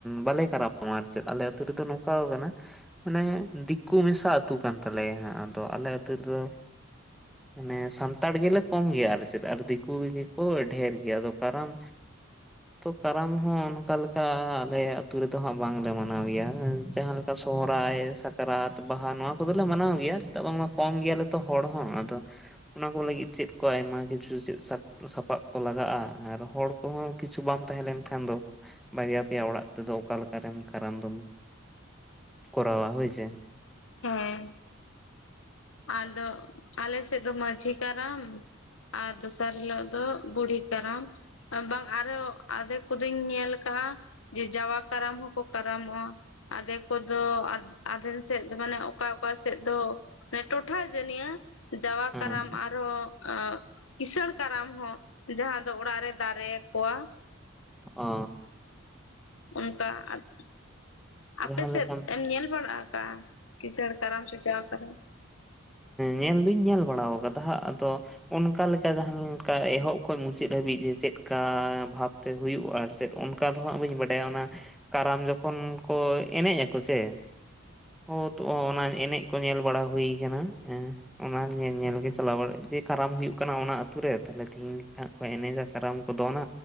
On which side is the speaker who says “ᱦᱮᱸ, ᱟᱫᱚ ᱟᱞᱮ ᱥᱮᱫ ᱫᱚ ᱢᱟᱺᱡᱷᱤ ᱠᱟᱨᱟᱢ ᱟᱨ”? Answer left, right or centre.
Left